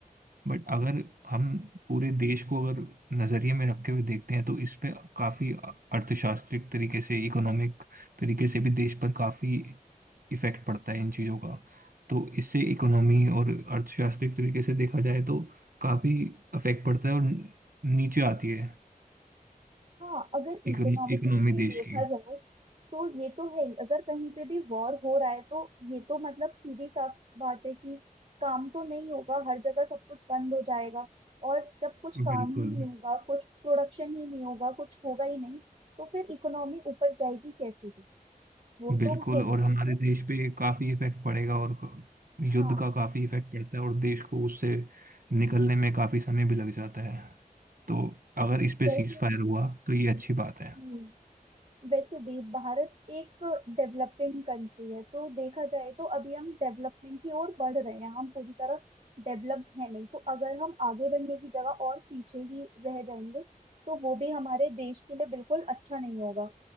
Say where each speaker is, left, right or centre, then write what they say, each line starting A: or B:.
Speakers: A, on the right; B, on the right.
A: बट अगर हम पूरे देश को अगर नजरिए में रखते हुए देखते हैं तो इस पे काफी अर्थशास्त्रिक तरीके से इकोनॉमिक तरीके से भी देश पर काफी इफेक्ट पड़ता है इन चीजों का तो इससे इकोनॉमी और अर्थशास्त्रिक तरीके से देखा जाए तो काफी इफेक्ट पड़ता है और नीचे आती है
B: हाँ अगर इकोनॉमिकली
A: इकोनॉमी
B: भी
A: देश
B: देखा
A: की
B: जाए तो ये तो है ही अगर कहीं पे भी वॉर हो रहा है तो ये तो मतलब सीधी साफ बात है कि काम तो नहीं होगा हर जगह सब कुछ बंद हो जाएगा और जब कुछ काम
A: बिल्कुल
B: ही नहीं होगा कुछ प्रोडक्शन ही नहीं होगा कुछ होगा ही नहीं तो फिर इकोनॉमी ऊपर जाएगी कैसे भी वो
A: बिल्कुल
B: तो है ही
A: और हमारे
B: लेकिन
A: देश पे काफी इफेक्ट पड़ेगा और क- युद्ध
B: हाँ
A: का काफी इफेक्ट पड़ता है और देश को उससे निकलने में काफी समय भी लग जाता है तो अगर
B: और
A: इस पे
B: वैसे
A: सीज फायर हुआ तो ये अच्छी बात है
B: भी वैसे भी भारत एक डेवलपिंग कंट्री है तो देखा जाए तो अभी हम डेवलपमेंट की ओर बढ़ रहे हैं हम पूरी तरह डेवलप्ड है नहीं तो अगर हम आगे बढ़ने की जगह और पीछे ही रह जाएंगे तो वो भी हमारे देश के लिए बिल्कुल अच्छा नहीं होगा